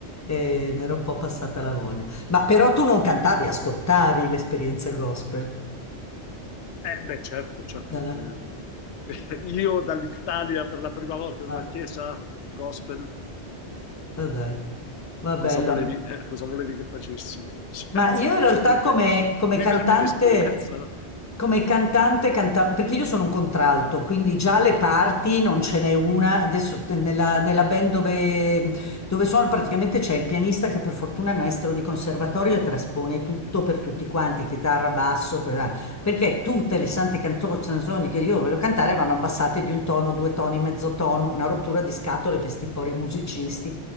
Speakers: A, on the left; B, on the left.
A: E mi era un po' passata la voglia. Ma però tu non cantavi, ascoltavi l'esperienza gospel.
B: eh. Eh, beh, certo, certo.
A: Eh?
B: che- <laughs> Io dall'Italia per la prima volta nella
A: Ah.
B: chiesa gospel,
A: Ah, dai, va
B: cosa
A: bello.
B: volevi, eh, cosa volevi che facessi? <laughs> Cioè,
A: Ma
B: semplicemente
A: io in realtà come, come
B: vivermi
A: cantante,
B: l'esperienza, no?
A: come cantante, canta- perché io sono un contralto, quindi già le parti non ce n'è una. Adesso te- nella, nella band dove, dove sono praticamente c'è il pianista che per fortuna è maestro di conservatorio e traspone tutto per tutti quanti, chitarra, basso, per- perché tutte le sante canto- canzoni che io voglio cantare vanno abbassate di un tono, due toni, mezzo tono, una rottura di scatole per sti pori musicisti